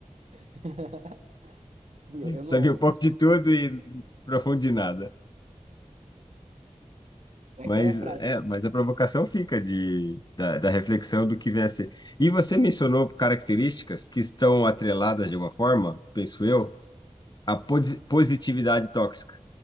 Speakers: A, on the right; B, on the left.
A: <laughs> Eu
B: É. Sabia
A: não.
B: um pouco de tudo e profundo de nada.
A: É
B: Mas,
A: aquela frase.
B: é,
A: né?
B: mas a provocação fica de, da, da reflexão do que vier a ser. E você mencionou características que estão atreladas de uma forma, penso eu, à posi- positividade tóxica.